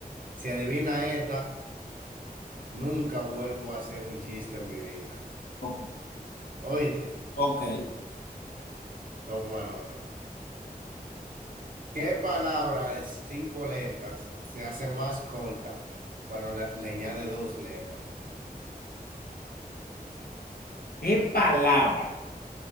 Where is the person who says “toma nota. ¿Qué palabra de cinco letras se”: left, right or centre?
Right